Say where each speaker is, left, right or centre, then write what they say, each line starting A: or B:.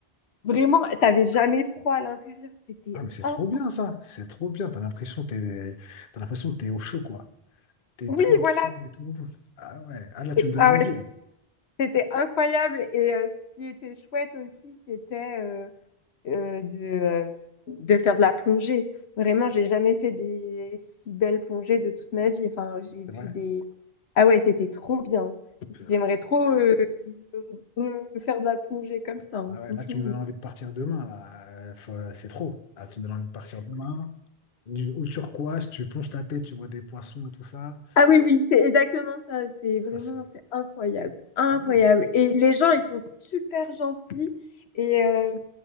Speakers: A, on the left (about 80°); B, on the left (about 60°).
A: vraiment... T'avais jamais froid à l'intérieur. C'était
B: Ah, mais c'est
A: incroyable.
B: trop bien ça, c'est trop bien. T'as l'impression que t'es, t'as l'impression que t'es au chaud quoi. T'es
A: Oui,
B: tranquille
A: voilà.
B: et tout. Ah ouais. Ah là, tu me donnes
A: Ah
B: envie
A: ouais,
B: là.
A: C'était incroyable et euh, ce qui était chouette aussi, c'était euh, euh, de, euh, de faire de la plongée. Vraiment, j'ai jamais fait des si belles plongées de toute ma vie. Enfin, j'ai vu
B: C'est vrai.
A: des... Ah ouais, c'était trop bien.
B: Purée.
A: J'aimerais trop euh, re- faire de la plongée comme ça, hein,
B: Ah ouais,
A: franchement.
B: là, tu me donnes envie de partir demain là. Euh, faut- C'est trop. Là, tu me donnes envie de partir demain. Du, au turquoise, tu plonges ta tête, tu vois des poissons et tout ça.
A: Ah oui, oui, c'est exactement ça. C'est
B: Ça
A: vraiment,
B: c'est.
A: c'est incroyable. Incroyable.
B: Ah ouais, c'est.
A: Et les gens, ils sont super gentils. Et, euh,